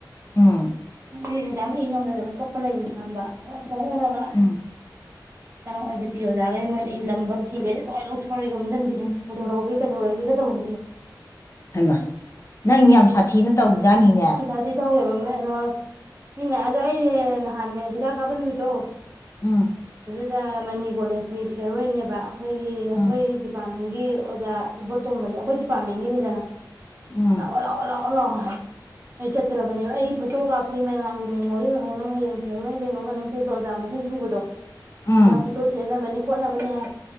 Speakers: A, on the left (about 40°); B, on the right (about 35°).
A: ꯎꯝ
B: ꯃꯤ ꯏꯛꯖꯥꯝ ꯏ ꯉꯝꯗꯗꯅ ꯀꯞꯄ ꯂꯩꯕꯁꯨ ꯌꯥꯎꯗꯕ ꯀꯣ ꯑꯟꯏꯟꯇꯦꯜꯂꯤꯖꯤꯕꯜ ꯑꯗꯨꯒ
A: ꯎꯝ
B: ꯀꯩꯅꯣ ꯑ ꯖꯤ ꯄꯤ ꯑꯣꯖꯒꯩ ꯃꯣꯏ ꯂꯩ ꯏꯂꯝꯕ ꯐꯤꯒꯁꯦ ꯂꯣꯏ ꯂꯧꯊꯣꯛꯔꯑ ꯒ ꯌꯣꯝꯖꯟꯕꯤꯗꯩꯅꯦ ꯀꯩꯗꯧꯔꯛꯎꯒꯦ ꯀꯩꯗꯧꯔꯒꯦ ꯀꯗꯧꯔꯒꯦ
A: ꯍꯩꯃꯥ ꯅꯪ ꯌꯥꯝ ꯁꯥꯊꯤꯅ ꯇꯧꯖꯥꯠꯅꯤꯅꯦ
B: ꯤ ꯇꯧꯋꯦꯕꯅ ꯏꯅꯦ ꯑꯗꯨ ꯑꯩꯅꯦ ꯅꯍꯥꯟ ꯍꯤꯗꯥꯛ ꯀꯥꯞꯄ ꯅꯨꯃꯤꯠꯇꯣ
A: ꯎꯝ
B: ꯑꯣꯖꯥ ꯃꯅꯤ ꯀꯣꯂꯦꯖꯀꯤ ꯐꯦꯔ ꯑꯣꯏꯅꯅꯦꯦꯕ ꯑꯩꯈꯣꯏꯒꯤ ꯑꯩꯈꯣꯏ
A: ꯎꯝ
B: ꯗꯤꯄꯥꯔꯠꯃꯦꯟ ꯑꯣꯖꯥ ꯏꯕꯣꯇꯣꯝꯕꯅꯦ ꯑꯩꯈꯣꯏ ꯗꯤꯄꯥꯔꯠꯃꯦꯟꯒꯤꯅꯤꯗꯅ
A: ꯎꯝ
B: ꯂꯥꯛꯑꯣꯣ ꯂꯥꯛꯑꯣ ꯂꯥꯛꯑꯣ ꯂꯣ ꯍꯣꯏ ꯑꯩ ꯆꯠꯇ꯭ꯔꯕꯅꯦꯕ ꯑꯩ ꯐꯣꯇꯣ ꯀꯥꯞꯁꯤ ꯃꯃꯥꯡꯒꯤ ꯃꯦꯃꯣꯔꯤ ꯑꯣꯏꯍꯧꯅꯕ ꯍꯌꯦꯡ ꯄꯤꯔꯔꯣꯏꯅ ꯀꯩꯅꯣꯝ ꯀꯩꯅꯣꯝ ꯄꯤꯕꯗꯣ ꯑꯣꯖꯥ ꯃꯁꯤꯡ ꯁꯨꯕꯗꯣ
A: ꯎꯝ
B: ꯃꯖꯥ ꯐꯠꯇꯦꯅꯅꯤ ꯈꯣꯠꯅꯕꯅꯤ ꯍꯥꯏ